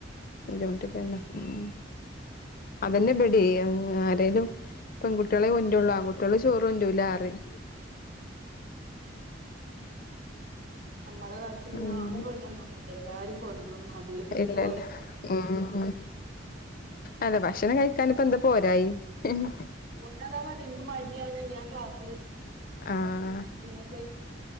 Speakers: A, on the left; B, on the right.
A: ബദ്ധിമുട്ടില്ലല്ലോ ഉം അതന്നെ ഇബടിം ഉം ആരേലും പെൺകുട്ടിളെ കൊൻഡ്രോള്ളു ആൺകുട്ടികള് ചോറ് കൊണ്ട്രുലറിം
B: നമ്മള് കാലത്ത് പിന്ന
A: അങ്ങനെ
B: ആണ് പെണ്ണ് നൊന്നുല്ലാ എല്ലാരും കൊണ്ടരും അത് ഒരു
A: ഇല്ല
B: പോരാ
A: ഇല്ല ഉം അതെ ഭക്ഷണം കഴിക്കാനിപ്പോ എന്താ പോരായി ഉം
B: <unintelligible> <unintelligible> എനിക്ക് മടിയാണ് ഞാൻ ക്ലാസ്സില്
A: ആഹ്
B: പിന്നഴ